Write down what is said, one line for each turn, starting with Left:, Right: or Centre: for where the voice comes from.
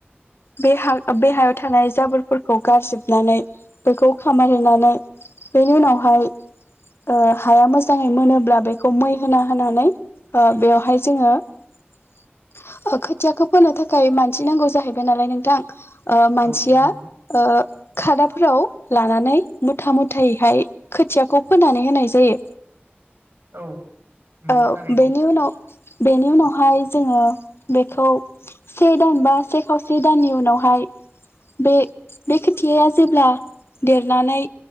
Left: बे हा बे हायाव थानाय जाबोरफोरखौ गारजोबनानै बेखौ खामार होनोनानै बेनि उनावहाय ओ हाया मोजाङै मोनोब्ला बेखौ मै होना होनानै ओ बेवहाय जोङो ओ खोथियाखो फोनो थाखाय मानसि नांगौ जाहैबाय नालाय नोंथां ओ मानसिया
Right: औ नंगौ नंगौ
Left: ओ खादाफोराव लानानै मुथा मुथायैहाय खोथियाखौ फोनानै होनाय जायो।
Right: औ नंगौ
Left: औ
Right: थारैनो
Left: बेनि उनाव बेनि उनावहाय जोंङो बेखौ से दान बा से खावसे दाननि उनावहाय बे-बे खोद थिया जेब्ला देरनानै